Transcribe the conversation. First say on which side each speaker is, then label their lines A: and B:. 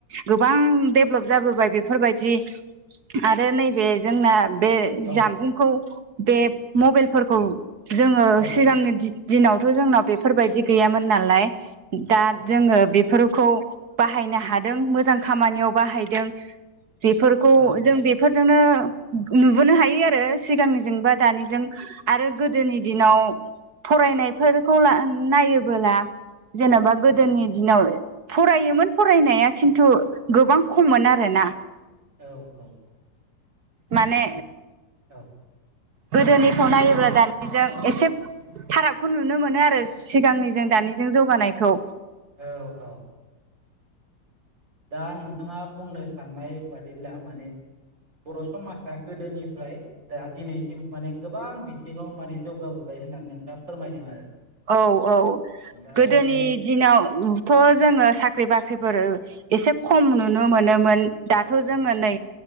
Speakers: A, on the right; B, on the right.
A: गोबां देभलप जाबोबाय बेफोरबायदि आरो नैबे जोंना बे
B: औ
A: जामबुंखौ बे मबेलफोरखौ जोङो
B: औ
A: सिगांनि दि दिनावथ' जोंनाव बेफोरबायदि गैयामोन नालाय दा
B: औ
A: जोङो बेफोर खौ बाहायनो हादों मोजां खामानियाव बाहायदों। बेफोरखौ
B: औ
A: जों बेफोरजोंनो नुबोनो हायो आरो सिगांनिजों बा दानिजों आरो गोदोनि दिनाव फरायनायफोरखौ ला नायोबोला जेन'बा गोदोनि दिनाव फरायोमोन फरायनाया खिन्थु गोबां खममोन आरोना।
B: औ-औ।
A: माने
B: औ।
A: गोदोनिखौ
B: दे बुंलाय
A: नायोब्ला दान निजों एसे फारागखौ नुनो मोनो आरो सिगांनिजों दानिजों जौगानायखौ।
B: औ औ दा नोंथाङा बुंनो साननाय बादिब्ला माने बर' समाजा गोदोनिफ्राय दा दिनैसिम माने गोबां बिथिङाव माने जौगाबोबाय होननानै नोंथाङा फोरमायदों आरो
A: औ औ
B: दा
A: गोदोनि
B: बे
A: दिनावथ' जोङो साख्रि बाख्रिफोर एसे खम नुनो मोनोमोन दाथ'
B: औ
A: जोङो नै